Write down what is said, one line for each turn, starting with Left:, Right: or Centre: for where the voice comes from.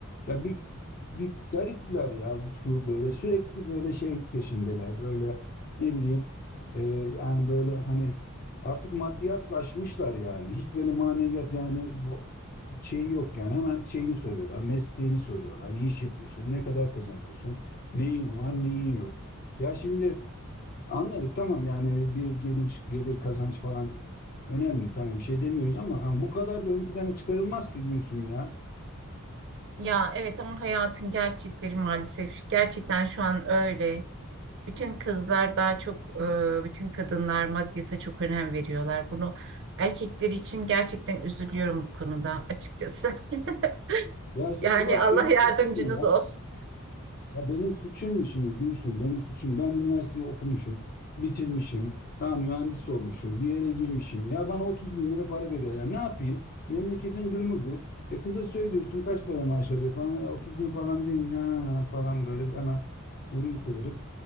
Left: ya bir bir garipler ya şu böyle sürekli böyle şey peşindeler. Böyle ne bileyim e, yani böyle hani artık maddiyatlaşmışlar yani. Hiç böyle maneviyat yani bu şey yok yani. Hemen şeyini soruyorlar, mesleğini soruyorlar. Ne iş yapıyorsun? Ne kadar kazanıyorsun? Neyin var, neyin yok. Ya şimdi anladık tamam yani bir gelir, gelir kazanç falan önemli tamam bir şey demiyoruz ama ha, bu kadar da ön plana çıkarılmaz ki Gülsüm ya.
Right: Ya evet ama hayatın gerçekleri maalesef gerçekten şu an öyle. Bütün kızlar daha çok, e, bütün kadınlar maddiyata çok önem veriyorlar. Bunu erkekler için gerçekten üzülüyorum bu konuda açıkçası. <laughs>
Left: Ya şimdi
Right: Yani
Left: bak
Right: Allah
Left: benim
Right: yardımcınız
Left: suçum mu ya?
Right: olsun.
Left: Ya benim suçum mu şimdi Gülsün? Benim suçum. Ben üniversiteyi okumuşum, bitirmişim. Ben mühendis olmuşum, bir yere girmişim. Ya bana 30 bin lira para bedel. Ne yapayım? Memleketin durumu bu. E kıza söylüyorsun kaç para maaş alıyor falan. Ya 30 bin falan deyince ha, falan böyle hemen burun kıvırıp